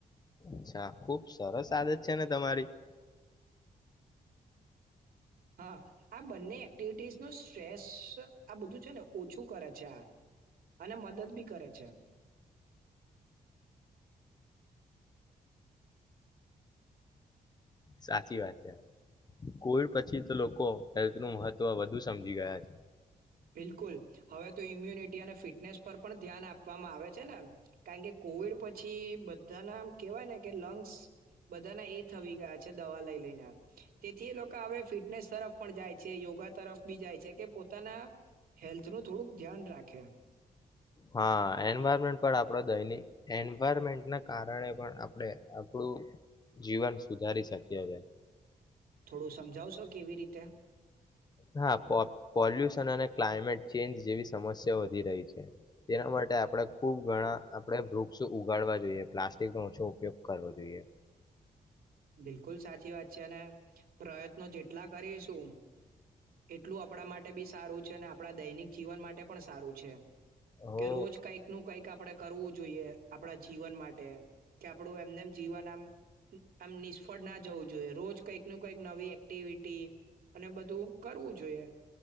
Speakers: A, on the left; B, on the right.
A: અચ્છા ખુબ સરસ આદત છે ને તમારી.
B: હા, આ બંને એક્ટિવિટીઝનુ સ્ટ્રેસ આ બધું છે ને ઓછું કરે છે આ અને મદદ બી કરે છે.
A: સાચી વાત છે, કોવિડ પછી તો લોકો હેલ્થનું મહત્વ વધુ સમજી ગયા છે.
B: બિલકુલ હવે તો ઈમ્યુનિટી અને ફિટનેસ પર પણ ધ્યાન આપવામાં આવે છે ને કારણ કે કોવિડ પછી બધાના કેહેવાય ને કે લંગ્સ બધાના એ થઈ ગયા છે દવા લઈ લઈને તેથી એ લોકા હવે ફિટનેસ તરફ પણ જાય છે યોગા તરફ બી જાય છે કે પોતાના હેલ્થનું થોડુંક ધ્યાન રાખે.
A: હા, એન્વાયરમેન્ટ પણ આપડો દૈનિ એન્વાયરમેન્ટના કારણે પણ આપડે આપડુ જીવન સુધારી શકીએ છે.
B: થોડું સમજાવશો કેવી રીતે.
A: હા, પો પોલ્યુશન અને ક્લાયમેટ ચેન્જ જેવી સમસ્યાઓ વધી રહી છે, તેના માટે આપડે ખુબ ઘણા આપડે વૃક્ષો ઉગાડવા જોઈએ, પ્લાસ્ટિકનો ઓછો ઉપયોગ કરવો જોઈએ.
B: બિલકુલ સાચી વાત છે, અને પ્રયત્નો જેટલા કરીશું એટલું આપણા માટે બી સારું છેને, આપણા દૈનિક જીવન માટે પણ સારું છે
A: હો
B: કે રોજ કંઈક નુ કંઈક આપણે કરવું જોઈએ, આપણા જીવન માટે કે આપણું એમનેમ જીવન આમ આમ નિષ્ફળ ના જવું જોઈએ, રોજ કંઈક નુ કઈક નવી એક્ટિવિટી અને બધું કરવું જોઈએ,